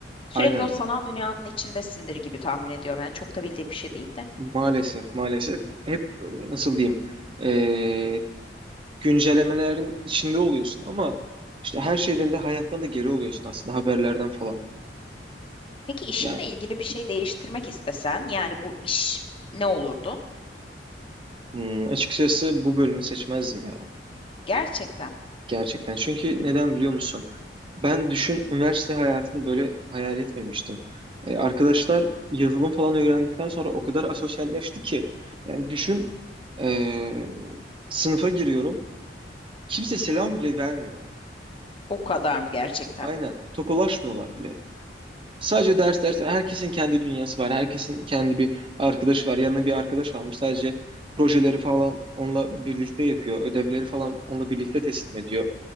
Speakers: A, on the left (about 30°); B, on the right (about 30°).
A: Sürekli
B: Aynen.
A: o sanal dünyanın içindesindir gibi tahmin ediyorum. Yani çok da bildiğim bir şey değil de.
B: Maalesef, maalesef. Hep nasıl diyeyim? Ee, güncellemelerin içinde oluyorsun ama işte her şeyden de hayattan da geri oluyorsun aslında haberlerden falan.
A: Peki işinle
B: Yani
A: ilgili bir şey değiştirmek istesen, yani bu iş ne olurdu?
B: hmm, açıkçası bu bölümü seçmezdim ya
A: Gerçekten mi?
B: gerçekten. Çünkü neden biliyor musun? Ben düşün üniversite hayatını böyle hayal etmemiştim. E, arkadaşlar yazılım falan öğrendikten sonra o kadar asosyalleşti ki yani düşün e, sınıfa giriyorum kimse
A: Hı
B: selam
A: hı.
B: bile vermiyor.
A: O kadar mı gerçekten?
B: Aynen tokalaşmıyorlar bile. Sadece ders ders. Herkesin kendi dünyası var. Herkesin kendi bir arkadaşı var. Yanına bir arkadaş almış. Sadece projeleri falan onunla birlikte yapıyor. Ödevleri falan onunla birlikte teslim ediyor.